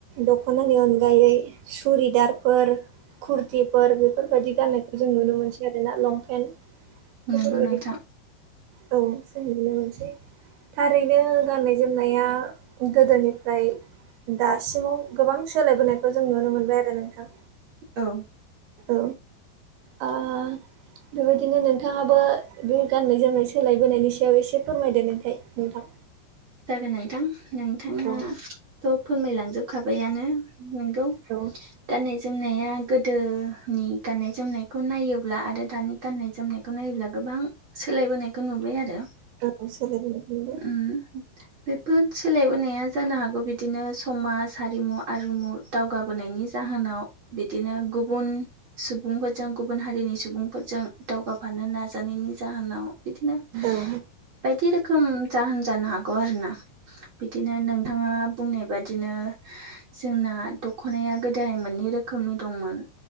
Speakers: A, on the right; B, on the right.
A: दख'नानि अनगायै सुरिदारफोर कुर्तिफोर बेफोरबायाददि गाननायखौ जों नुनो मोनसै आरो ना लंपेन्ट बेफोरबायदि
B: नंगौ नोंथां
A: औ जों नुनो मोनसै थारैनो गाननाय जोमनाया गोदोनिफ्राय दासिमाव गोबां सोलायबोनायखौ जों नुनो मोनबाय आरो नोंथां
B: औ
A: औ आ बेबायदिनो नोंथाङाबो बे गाननाय जोमनाय सोलायबोनायनि सायाव एसे फोरमायदो <unintelligible> नोंथां
B: जागोन नोंथां नोंथाङाथ'
A: औ
B: फोरमायलांजोबखाबायानो नोंगौ
A: औ
B: गाननाय जोमनाया गोदोनि गाननाय जोमनायखौ नायोब्ला आरो दानि गाननाय जोमनाय खौ नायोब्ला गोबां सोलायबोनायखौ नुबाय आरो
A: औ सोलायबोनायखौ नुबाय।
B: उम बेफोर सोलायबोनाया जानो हागौ बिदिनो समाज हारिमु आरुमु दावगाबोनायनि जाहोनाव बिदिनो गुबुन सुबुंफोरजों गुबुन हारिनि सुबुंफोरजों दावगाफानो नाजानायनि जाहोनाव बिदिनो
A: औ
B: बायदि रोखोम जाहोन जानो हागौ गौ आरोना बिदिनो नोंथाङा बुंनाय बादिनो जोंना दख'नाया गोदोहाय मोननै रोखोमनि दंमोन